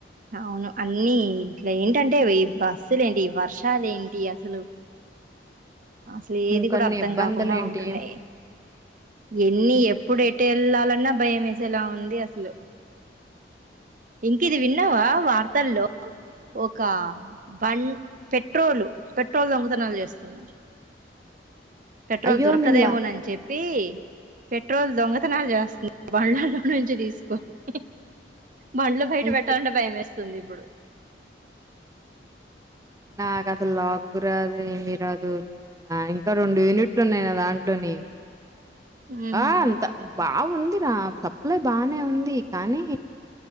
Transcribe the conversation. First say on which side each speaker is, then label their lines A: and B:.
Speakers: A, on the right (about 45°); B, on the right (about 20°).
A: అవును అన్నిీ ఇంట్ల ఏంటంటే బస్సులేంటి వర్షాలు ఏంటి అసలు అసలు ఏది
B: ఇంకొన్ని
A: కూడా అర్థం
B: ఇబ్బందులేంటి
A: కాకుండా ఉంటున్నాయ్
B: హ్మ్.
A: ఎన్ని ఎప్పుడే టేళ్లాలన్నా భయమేసేలా ఉంది అసలు ఇంకిది విన్నావా వార్తల్లో
B: అ
A: ఒక బం పెట్రోలు పెట్రోల్ దొంగతనాలు చేస్తున్నారు పెట్రోల్
B: అయ్యో!
A: దొరకదేమోనని
B: నిల్ల
A: చెప్పి పెట్రోల్ దొంగతనాల్ చేస్తునారు బండ్లల్లో నుంచి తీసుకొని బండ్లు బయట
B: అయ్యి
A: పెట్టాలంటే భయం మేస్తుంది ఇప్పుడు
B: నాకు అసలు లాకు రాదు ఏమి రాదు ఆ ఇంకా రెండు యూనిట్లు ఉన్నాయి నా దాంట్లోని
A: హుహు.
B: ఆ అంత బాగుందిరా సప్లై బానే ఉంది కానీ